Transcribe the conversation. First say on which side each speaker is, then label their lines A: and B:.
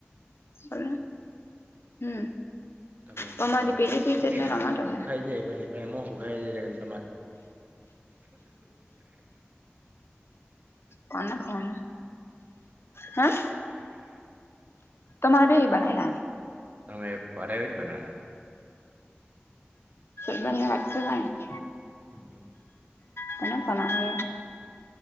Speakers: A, on the left; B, on the right.
A: બોલો હમ.
B: તમા
A: તમારી
B: પણ
A: પેલી પીચ એટલે રમાતો હે
B: ઓખાઈ જાય પણને. પ્રેમો હુખાઈ જાય છે તમારે ત્યાં.
A: કોના ફમ હમ? તમારે બે એ બનાયલા.
B: તમે વારા જ બનાના.
A: સબંધને વાત કર <unintelligible>
B: હમ <unintelligible>
A: તને બના હો.